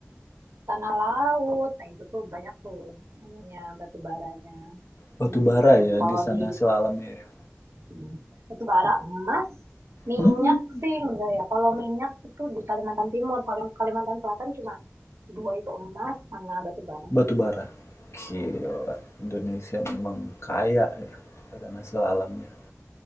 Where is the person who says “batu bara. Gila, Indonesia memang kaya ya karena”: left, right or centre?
Left